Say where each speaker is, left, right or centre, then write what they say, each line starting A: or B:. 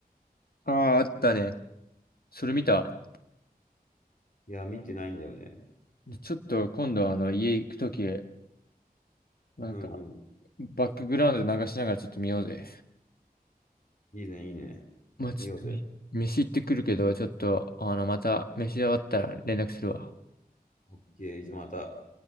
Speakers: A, on the left; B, on the left.
A: ああ、あったね。それ見た。
B: いや、見てないんだよね。
A: でちょっと今度あの家行くとき、なんか
B: うんうん。
A: バックグラウンド流しながらちょっと見ようぜ。
B: いいね、いいね。
A: まあちょっとね、
B: 見ようぜ。
A: 飯行ってくるけど、ちょっとあのまた飯終わったら連絡するわ。
B: オッケー、じゃあまた。